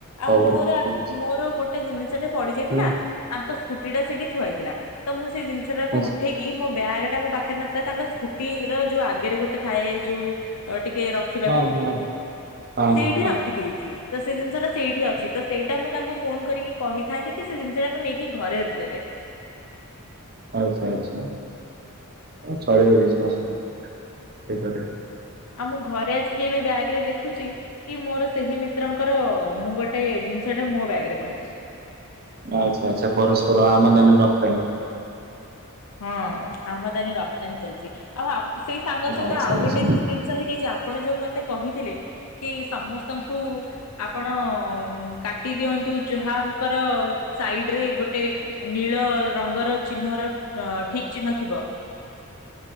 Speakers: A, on the left; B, on the right.
A: ଆଉ
B: ହଉ
A: ମୋର
B: ହଉ ଠିକ୍ ଅଛି
A: ମୋର ଗୋଟେ ଜିନିଷ ଟେ ପଡିଯାଇଥିଲା
B: ହଁ
A: ତାଙ୍କ ସ୍କୁଟି ଟା ସେଠି ଥୁଆଇଥିଲା ତ ମୁଁ ସେଇ ଜିନିଷ ଟାକୁ
B: ହଁ
A: ଉଠେଇକି ମୋ ବ୍ୟାଗ ଟା ପାଖରେ ନଥିଲା ତାଙ୍କ ସ୍କୁଟିର ଯୋଉ ଆଗରେ ଗୋଟେ ଥାଏ ଯୋଉ ଟିକେ ରଖିବାକୁ
B: ହଁ
A: ସେଇଠି
B: ହଁ ହଁ
A: ରଖିଦେଇଛି ତ ସେ ଜିନିଷଟା ସେଇଠି ଅଛି ତ ସେ ସେଟା ମୁଁ ତାଙ୍କୁ ଫୋନ କରିକି କହିଥାନ୍ତି କି ସେ ଜିନିଷ ଟାକୁ ନେଇକି ଘରେ ରଖିଦେବେ।
B: ଆଚ୍ଛା ଆଚ୍ଛା, ହଉ ଚାଲିବ କିଛି ଅସୁବିଧା ନାହିଁ, ହେଇପାରିବ।
A: ଆଉ ମୁଁ ଘରେ ଆସିକି ଏବେ ବ୍ୟାଗ ରେ ଦେଖୁଛି କି ମୋର ସେହି ମିତ୍ରଙ୍କର ମୁଁ ଗୋଟ ଗୋଟେ ଜିନିଷ ଟେ ମୋ ବ୍ୟାଗ ରେ ପଡିଚି।
B: ଆଛା ଆଛା ପରସ୍ପର ଆମଦାନି ରପ୍ତାନି।
A: ହଁ ଆମଦାନୀ ରପ୍ତାନୀ ଚାଲିଚି, ଆଉ ସେଇ ସାଙ୍ଗ ସହିତ
B: ଆଚ୍ଛା
A: ଆଉ
B: ଆଚ୍ଛା
A: ଗୋଟେ ଜି ଜିନିଷ ହେଇଯାଇଚି ଆପଣ ଯୋଉ ମତେ କହିଥିଲେ, କି ସମସ୍ତଙ୍କୁ ଆପଣ କାଟି ଦିଅନ୍ତୁ ଯୁହାଙ୍କର ସାଇଡ ରେ ଗୋଟେ ନୀଳ ରଙ୍ଗର, ଚିହ୍ନର ଅ ଠିକ ଚିହ୍ନ ଥିବ।